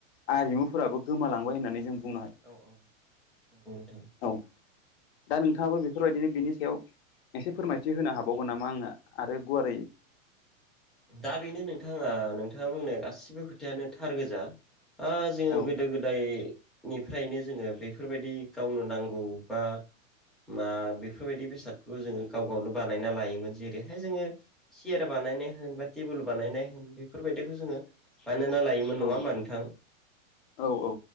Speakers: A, on the left (about 50°); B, in the centre.
A: आरिमुफोराबो गोमालांबाय होननानै जों बुं
B: औ औ नंगौ नोंथां
A: औ दा नोंथाङाबो बेफोरबायदिनो बिनि सायाव एसे फोरमायथि होनो हाबावगोन नामा आंनो आरो गुवारै
B: दा बेनो नोंथाङा नोंथाङा बुंनाय गासिबो खोथायानो थार गोजा ओ जोङो
A: औ
B: गोदो गोदाय निफ्रायनो जोङो बेफोरबायदि गावनो नांगौ बा मा बेफोरबायदि बेसादखौ जोङो गाव गावनो बानायना लायोमोन जेरैहाय जोङो सियार बानायनाय बा थेबोल बानायनाय होन बेफोरबायायदिखौ जोङो बानोना लायोमोन नङा
A: औ
B: होमबा नोंथां
A: औ औ